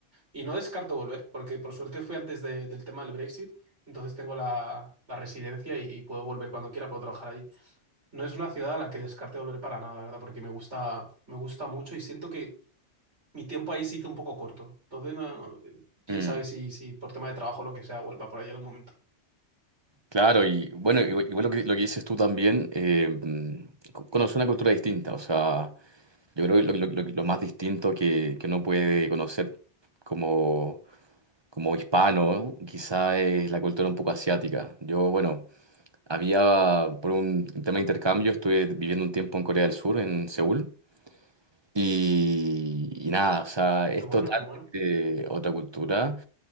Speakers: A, on the right; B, on the right.
A: Y no descarto volver, porque por suerte fui antes de- del tema del Brexit, entonces tengo la, la residencia y, y puedo volver cuando quiera, puedo trabajar allí. No es una ciudad a la que descarte volver para nada, la verdad, porque me gusta, me gusta mucho y siento que mi tiempo ahí se hizo un poco corto. Entonces, no- quién
B: Mm,
A: sabe si, si por tema de trabajo o lo que sea vuelva por ahí algún momento.
B: claro, y bueno, igual, igual lo que, lo que dices tú también, eh, mm, co- conocer una cultura distinta, o sea, yo creo que lo, lo- lo- lo más distinto que, que uno puede conocer como, como hispano, quizá es la cultura un poco asiática. Yo, bueno, Había, por un tema de intercambio, estuve viviendo un tiempo en Corea del Sur, en Seúl, y, y nada, o sea, es
A: lo bueno,
B: totalmente
A: lo bueno.
B: otra cultura.